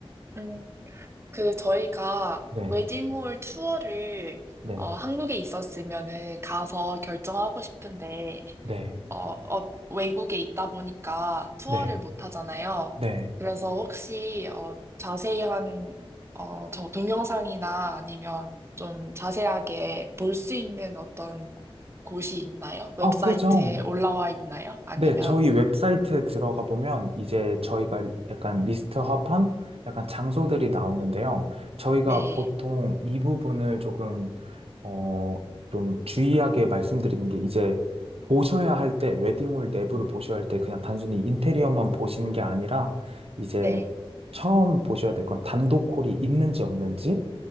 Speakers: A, on the right; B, on the right.
A: 음, 그 저희가
B: 네.
A: 웨딩홀 투어를
B: 네.
A: 어, 한국에 있었으면은 가서 결정하고 싶은데
B: 네.
A: 어, 어, 외국에 있다 보니까 투어를
B: 네,
A: 못 하잖아요.
B: 네.
A: 그래서 혹시 어, 자세한 어, 저 동영상이나 아니면 좀 자세하게 볼 수 있는 어떤 곳이 있나요? 웹사이트에
B: 아, 그죠.
A: 올라와 있나요? 아니면
B: 네, 저희 웹사이트에 들어가 보면 이제 저희가 약간 리스트합한 약간 장소들이 나오는데요. 저희가
A: 네,
B: 보통 이 부분을 조금, 어, 좀 주의하게 말씀드리는 게 이제 보셔야 할 때, 웨딩홀 내부를 보셔야 할 때 그냥 단순히 인테리어만 보시는 게 아니라 이제
A: 네,
B: 처음 보셔야 될 건 단독홀이 있는지 없는지